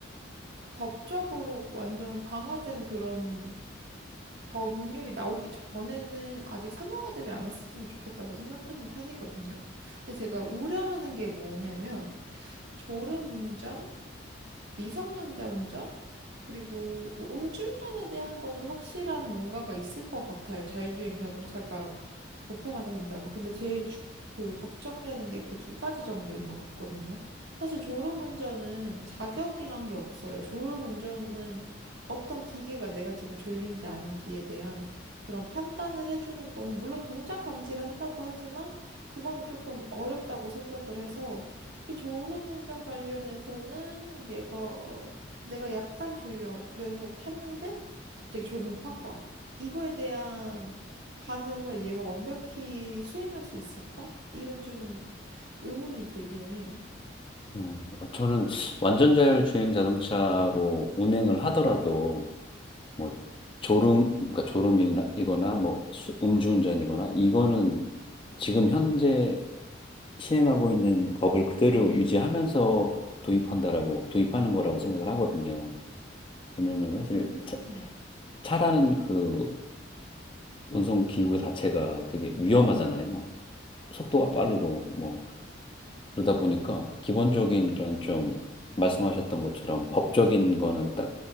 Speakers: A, on the right; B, on the left.
A: 법적으로 완전 강화된 그런 법률이 나오기 전에는 아직 상용화되지 않았으면 좋겠다고 생각하는 편이거든요. 근데 제가 우려하는 게 뭐냐면 졸음운전 미성년자 운전? 그리고 뭐 음주운전에 대한 거는 확실한 뭔가가 있을 것 같아요. 자율주행 자동차가 보편화가 된다면. 근데 제일 주- 그 걱정되는 게 그 두 가지 정도인 것 같거든요. 사실 졸음운전은 자격이란 게 없어요. 졸음운전은 어떤 기계가 내가 지금 졸린지 아닌지에 대한 그런 판단을 해주는 거는 물론 동작 감지를 한다고 하지만 그거는 조금 어렵다고 생각을 해서 특히 졸음운전 관련해서는 얘가 어, 내가 약간 졸려. 그래서 탔는데 갑자기 졸음이 확 와. 이거에 대한 반응을 얘가 완벽히 수행할 수 있을까? 이런 좀 의문이 들기는 해요.
B: 어, 뭐 저는 완전 자율주행 자동차로 운행을 하더라도, 뭐, 졸음, 그러니까 졸음이거나, 뭐, 수- 음주운전이거나, 이거는 지금 현재 시행하고 있는 법을 그대로 유지하면서 도입한다라고, 도입하는 거라고 생각을 하거든요. 왜냐면 사실
A: 음,
B: 차, 차라는 그 운송기구 자체가 되게 위험하잖아요. 속도가 빠르고 뭐 그러다 보니까 기본적인 그런 좀 말씀하셨던 것처럼 법적인 거는 딱